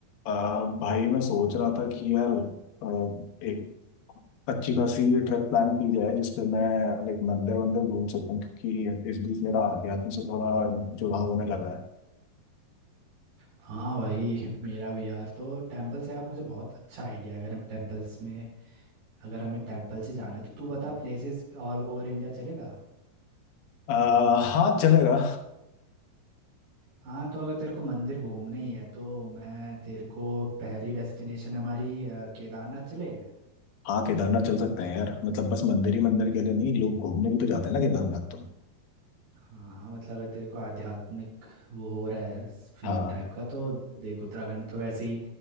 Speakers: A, on the left; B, on the right.
A: आ, भाई मैं सोच रहा था कि यार आ, एक अच्छी खासी ट्रिप प्लान की जाए जिसपे मैं लाइक मंदिर वंदिर घूम सकूं क्योंकि इस बीच मेरा आध्यात्म से थोड़ा जुड़ाव होने लगा है
B: हाँ भाई मेरा भी यार तो टेम्पल से आप मुझे बहुत अच्छा आइडिया है अगर हम टेम्पल्स में अगर हमें टेम्पल से जाना है तो तू बता प्लेसेस ऑल ओवर इंडिया चलेगा
A: आ, हाँ चलेगा
B: हाँ तो अगर तेरे को मंदिर घूमना ही है तो मैं तेरे को पहली डेस्टिनेशन हमारी अ, केदारनाथ चले
A: हाँ केदारनाथ चल सकते हैं यार मतलब बस मंदिर ही मंदिर के लिए नहीं लोग घूमने भी तो जाते हैं ना केदारनाथ तो
B: हाँ हाँ मतलब अगर तेरे को आध्यात्मिक वो हो रहा है फील
A: हाँ
B: टाइप का तो देख उत्तराखंड तो वैसे ही